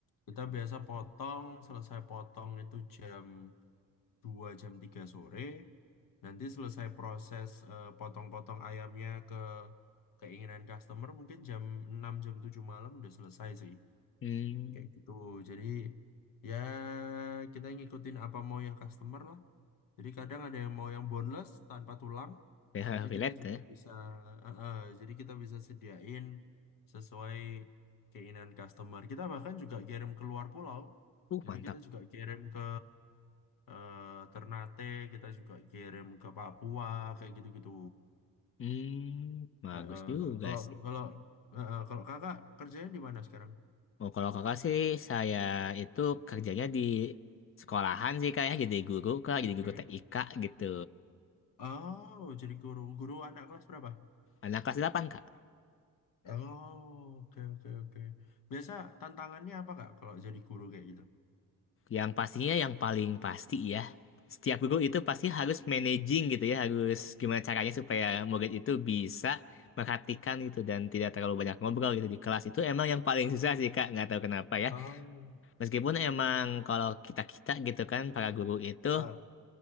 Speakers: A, on the left; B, on the left.
A: kita biasa potong, selesai potong itu jam 2 jam 3 sore. Nanti selesai proses eh, potong-potong ayamnya ke keinginan customer mungkin jam 6 jam 7 malam udah selesai sih
B: Hmm.
A: kayak gitu jadi ya kita ngikutin apa mau yang customer lah jadi kadang ada yang mau yang boneless tanpa tulang
B: PH
A: itu
B: Villette
A: kita juga
B: ya.
A: bisa eh, eh, jadi kita bisa sediain sesuai keinginan customer kita bahkan juga kirim keluar pulau
B: Uh,
A: jadi
B: mantap.
A: kita juga kirim ke eh, Ternate kita juga kirim ke Papua kayak gitu-gitu
B: Hmm, bagus
A: Eh, eh,
B: juga
A: eh. kalau
B: sih.
A: kalau eh, eh, kalau kakak kerjanya di mana sekarang
B: Oh, kalau kakak sih, saya itu kerjanya di sekolahan sih kak ya, jadi guru kak, jadi
A: Oke
B: guru TIK gitu.
A: Oh, jadi guru. Guru anak kelas berapa?
B: Anak kelas 8 kak.
A: Oh, oke, oke, oke. Biasa tantangannya apa, Kak, kalau jadi guru kayak gitu?
B: Yang pastinya yang paling pasti ya, setiap guru itu pasti harus managing gitu ya, harus gimana caranya supaya murid itu bisa perhatikan gitu dan tidak terlalu banyak ngobrol gitu di kelas itu emang yang paling susah sih kak, nggak tahu kenapa ya.
A: Oh,
B: Meskipun emang kalau kita-kita gitu kan, para guru itu
A: ah,